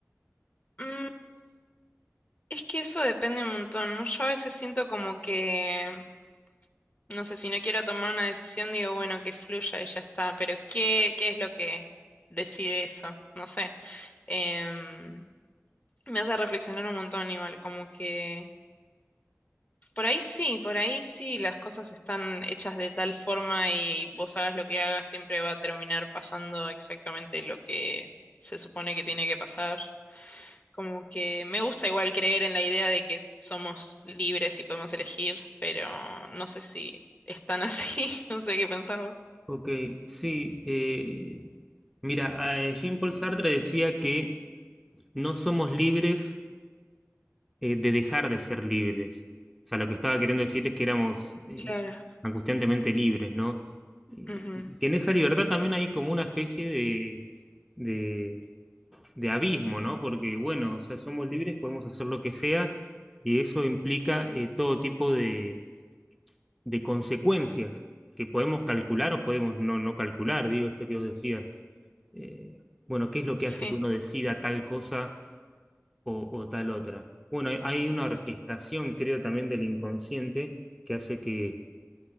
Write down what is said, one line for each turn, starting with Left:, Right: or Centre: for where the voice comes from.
Left: Mm, es que eso depende un montón, ¿no? Yo a veces siento como que No sé, si no quiero tomar una decisión, digo, bueno, que fluya y ya está. Pero ¿qué, qué es lo que decide eso? No sé. Em, me hace reflexionar un montón igual, como que por ahí sí, por ahí sí, las cosas están hechas de tal forma y vos hagas lo que hagas, siempre va a terminar pasando exactamente lo que se supone que tiene que pasar. Como que me gusta igual creer en la idea de que somos libres y podemos elegir, pero no sé si es tan así, <laughs> no sé qué pensás vos.
Centre: Ok, sí. eh, mira, eh, Jean-Paul Sartre decía que no somos libres eh, de dejar de ser libres. O sea, lo que estaba queriendo decir es que éramos eh,
Left: Claro.
Centre: angustiantemente libres, ¿no? Y
Left: ujú,
Centre: y que en esa libertad también hay como una especie de, de, de abismo, ¿no? Porque, bueno, o sea, somos libres, podemos hacer lo que sea, y eso implica eh, todo tipo de, de consecuencias que podemos calcular o podemos no, no calcular, digo, esto que vos decías. Eh, bueno, ¿qué es lo que
Left: Sí.
Centre: hace que uno decida tal cosa? o, o tal otra. Bueno, hay, hay una orquestación, creo, también del inconsciente que hace que,